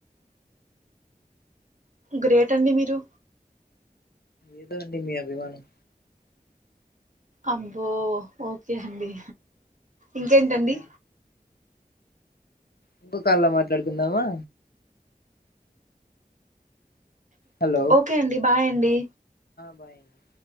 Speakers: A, on the right; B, on the left.
A: గ్రేట్ అండి మీరు
B: ఏదో అండి మీ అభిమానం
A: అబ్బో ఓకే అండి ఇంకేంటండి
B: సరే ఇంకో కాల్ మాట్లాడుకుందామా హలో
A: ఓకే అండి బాయ్ అండి
B: బాయ్ అండి